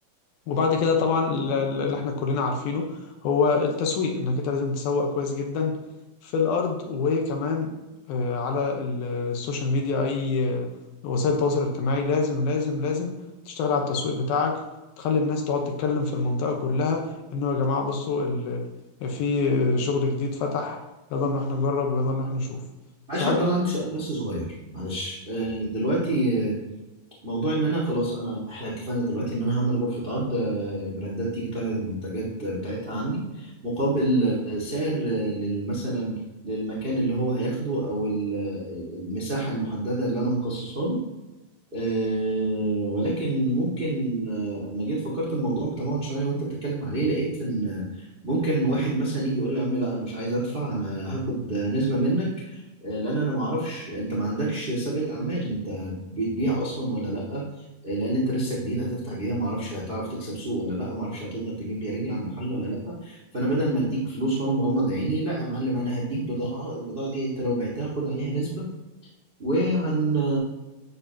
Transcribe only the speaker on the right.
معلش
يا
عبد الله عندي سؤال بس صغير معلش آه، دلوقتي آه، موضوع ان انا خلاص انا احنا اتفقنا دلوقتي ان انا هعمل غرفة عرض آه، البراندات تيجي تعرض المنتجات آه، بتاعتها عندي مقابل آه، سعر آه، لل- مثلا للمكان اللي هو هياخده او ال- آه، المساحة المحددة اللي انا مخصصها له أه ولكن ممكن آه، اما جيت فكرت الموضوع بتمعن شويه وانت بتتكلم عليه لقيت ان آه، ممكن واحد مثلا يجي يقول لي يا عم لا انا مش عايز ادفع انا هاخد آه، نسبه منك آه، لان انا ما اعرفش انت ما عندكش سابقه اعمال انت بتبيع اصلا ولا لا آه، لان انت لسه جديد هتفتح جديده ما اعرفش هتعرف تكسب سوق ولا لا ما اعرفش هتقدر تجيب لي رجل على المحل ولا لا فانا بدل ما اديك فلوس وانا مغمض عيني لا يا معلم انا هديك بضاعه البضاعه دي انت لو بعتها خد عليها نسبه وهن